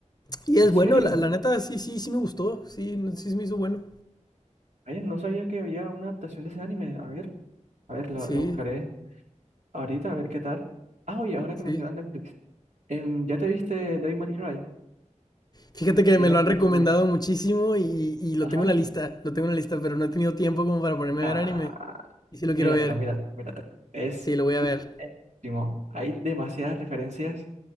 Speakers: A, on the left; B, on the right.
A: Y
B: ¿En
A: es
B: serio?
A: bueno, la, la neta, sí, sí, sí me gustó. Sí, no- sí se me hizo bueno.
B: Ay, no sabía que había una adaptación de ese anime. A ver, a ver, lo,
A: Sí,
B: lo buscaré ahorita, a ver qué tal. Ah, oye, ahora
A: sí.
B: que mencionas Netflix. em, ¿ya te viste Devil May Cry?
A: Fíjate que
B: De
A: me
B: Netflix
A: lo han recomendado
B: también.
A: muchísimo y, y lo
B: Ajá.
A: tengo en la lista. Lo tengo en la lista, pero no he tenido tiempo como para ponerme
B: Nah,
A: a ver anime. Y sí lo
B: míratelo,
A: quiero ver.
B: míratelo, míratelo. Es
A: Sí, lo voy a
B: buenísimo.
A: ver.
B: Hay demasiadas referencias